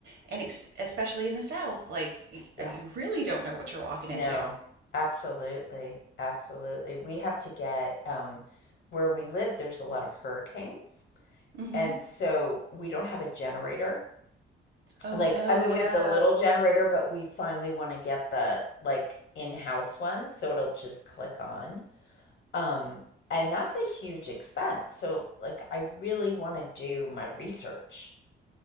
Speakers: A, on the right (about 60°); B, on the left (about 65°).
A: And ex especially in the South, like y-
B: Yeah.
A: I mean, you really don't know what you're walking
B: No,
A: into.
B: absolutely. Absolutely. We have to get, um, where we live, there's a lot of hurricanes.
A: hmm
B: And so we don't have a generator.
A: Oh
B: Like,
A: no,
B: I mean,
A: yeah.
B: we have the little generator, but we finally want to get the like in-house one, so it'll just click on. Um, and that's a huge expense. So like I really want to do my research.